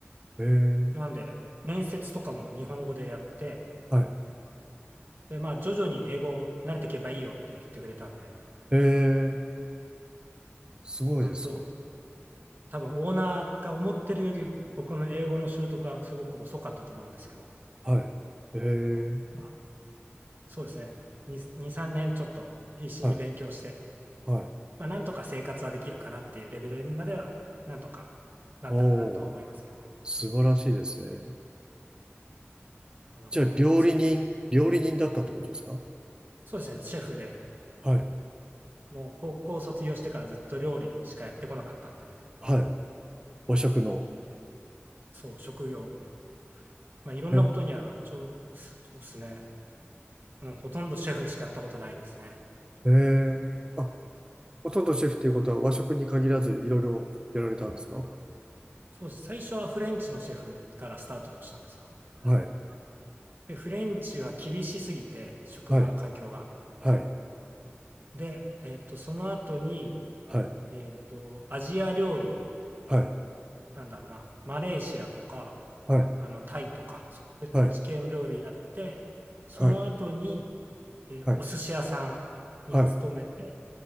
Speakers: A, on the right (about 20°); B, on the right (about 50°).
A: ええ、
B: なんで、面接とかも日本語でやって、
A: はい。
B: で、まあ、徐々に英語慣れていけばいいよって言ってくれたんで、
A: ええ、すごいですね。
B: 本当多分オーナーが思ってるより僕の英語の習得はすごく遅かったと思うんですけど、
A: はい。ええ、
B: まあ、そうですね。2、2、3年ちょっと必死に勉強して、
A: はい、はい。
B: まあ、なんとか生活はできるかなっていうレベルにまでは、なんとかなったかなとは思いますけど、
A: おお、素晴らしいですね。
B: なので、
A: じゃあ、料理人、
B: すごい
A: 料理人だったってことですか
B: そうですね、シェフで、
A: はい、
B: もう高校卒業してからずっと料理しかやってこなかったんで、
A: はい。和食の。
B: そう、職業、まあ、いろんなことには、
A: え
B: ちょそうですね、うん、ほとんどシェフしかやったことないですね。
A: ええ。あ、ほとんどシェフっていうことは和食に限らずいろいろやられたんですか
B: そうです。最初はフレンチのシェフからスタートしたんですよ。
A: はい、
B: で、フレンチは厳しすぎて、職場の環境が。
A: はい、はい、
B: で、えっと、その後に、
A: はい、
B: えっと、アジア料理、
A: はい、
B: なんだろうな、マレーシアとか、
A: はい、
B: あの、タイとか、そっち系の料理やって、
A: はい、
B: その後に、
A: はい、
B: えーお寿司屋さんに勤めて、
A: はい、はい、